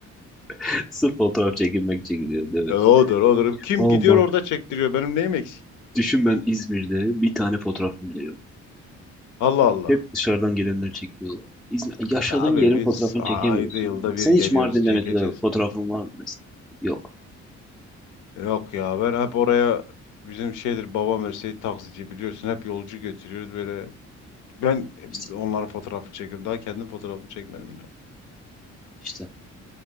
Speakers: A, in the centre; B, on the left.
A: <laughs> Sırf fotoğraf çekilmek için gidiyor değil mi?
B: E, odur odur. Kim
A: O
B: gidiyor
A: bak
B: orada çektiriyor. Benim neyim eksik?
A: düşün ben İzmir'de bir tane fotoğrafım bile yok.
B: Allah Allah.
A: Hep dışarıdan gelenler çekiniyorlar. İzmir, yaşadığın
B: Abi
A: yerin
B: biz
A: fotoğrafını
B: a-
A: çekemiyorsun.
B: ayda yılda bir
A: Sen
B: geliyoruz
A: hiç Mardin'de
B: çekeceğiz.
A: mesela fotoğrafın var mı mesela? Yok.
B: Yok ya ben hep oraya bizim şeydir babam mesleği taksici biliyorsun hep yolcu götürüyoruz böyle. Ben
A: İşte,
B: e, onların fotoğrafını çekiyorum. Daha kendim fotoğrafımı çekmedim yine.
A: işte.